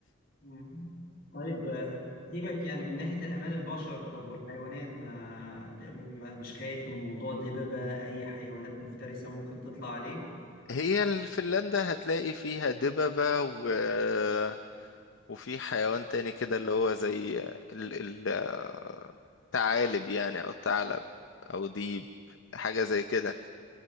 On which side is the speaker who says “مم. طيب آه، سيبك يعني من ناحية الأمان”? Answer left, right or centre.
Left